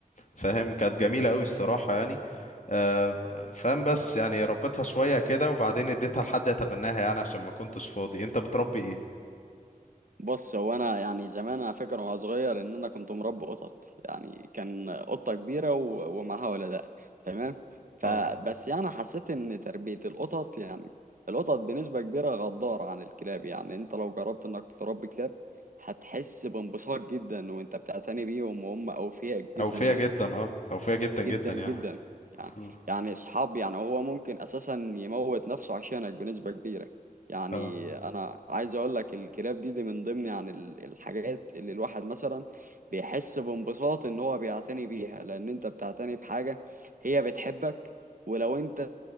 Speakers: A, on the left; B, on the right.
A: فاهم كانت جميله قوي الصراحه يعني آه، فاهم بس يعني ربيتها شويه كده وبعدين اديتها لحد يتبناها يعني عشان ما كنتش فاضي انت بتربي ايه
B: بص هو أنا يعني زمان على فكرة وأنا صغير إن أنا كنت مربي قطط يعني كان قطة كبيرة و- ومعاها ولداء تمام فبس
A: اه
B: يعني حسيت إن تربية القطط يعني القطط بنسبة كبيرة غدارة عن الكلاب يعني أنت لو جربت إنك تربي كلاب هتحس بانبساط جدا وأنت بتعتني بيهم وهم أوفياء جدا
A: اوفيه
B: ليك
A: جدا اه اوفيه جدا جدا
B: جدا جدا
A: يعني
B: يعني
A: مم.
B: يعني اصحاب يعني هو ممكن اساسا يموت نفسه عشانك بنسبة كبيرة يعني
A: اه
B: انا عايز اقول لك الكلاب دي دي من ضمن يعني ال- الحاجات اللي الواحد مثلا بيحس بانبساط ان هو بيعتني بيها لان انت بتعتني بحاجة هي بتحبك ولو انت